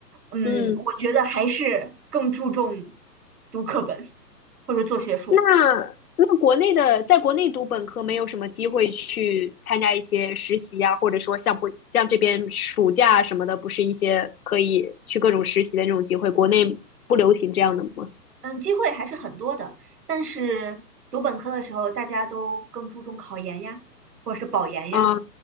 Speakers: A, on the right (about 65°); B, on the left (about 60°).
A: 嗯，
B: 嗯，
A: 我觉得还是更注重读课本或者做学术，
B: 那那国内的，在国内读本科没有什么机会去参加一些实习啊，或者说像不像这边暑假什么的，不是一些可以去各种实习的那种机会，国内不流行这样的吗？
A: 嗯，机会还是很多的。但是读本科的时候，大家都更注重考研呀，或者是保研呀，
B: 啊。